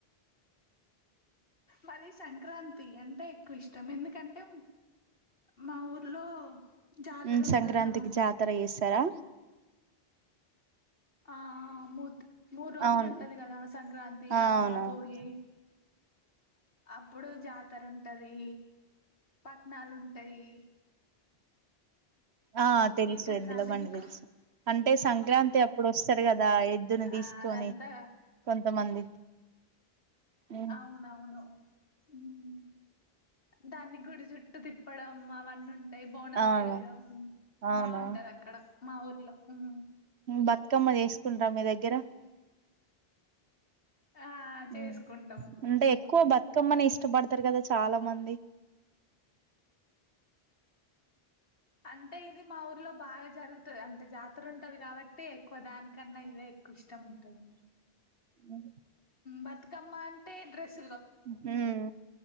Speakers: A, on the left; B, on the right.
A: మరి సంక్రాంతి అంటే ఎక్కువ ఇష్టం ఎందుకంటే మా ఊర్లో జాతరుంటదనమాట
B: ఉమ్ సంక్రాంతికి జాతర చేస్తారా
A: ఆ ఆ మూత్ మూడు రోజులు
B: అవును
A: ఉంటది కదా సంక్రాంతి,
B: ఆ
A: కనుమ,
B: అవునవును
A: భోగి అప్పుడు జాతర ఉంటది పట్నాాలుంటయి.
B: ఆ తెలుసు
A: తెలుసా
B: ఎద్దుల
A: అండి
B: బండి
A: మీకు
B: తెలుసు అంటే సంక్రాంతి అప్ ఇప్పుడు వస్తారు కదా ఎద్దుని తీసుకొని
A: ఆ అదంతా
B: కొంతమంది ఉమ్,
A: అవునవును ఉమ్మ్ దాన్ని గుడి చుట్టు తిప్పడం అవన్నీ ఉంటా టాయ్ బోండాల్
B: అవును
A: చేయడం
B: అవునా
A: బాగుంటది అక్కడ మా ఊర్లో ఉం
B: బతుకమ్మ చేసుకుంటారా మీ దగ్గర
A: ఆ చేసుకుంటాము
B: ఉం అంటే ఎక్కువ బతుకమ్మని ఇష్టపడతారు కదా చాలా మంది
A: అంటే ఇది మా ఊర్లో బాగా జరుగుతది అంటే జాతర ఉంటది కాబట్టి కో దానికన్నా ఇదే ఎక్కువ ఇష్టం ఉంటది <inaudible>
B: ఉ
A: బతుకమ్మ అంటే డ్రెస్
B: ఉమ్మ్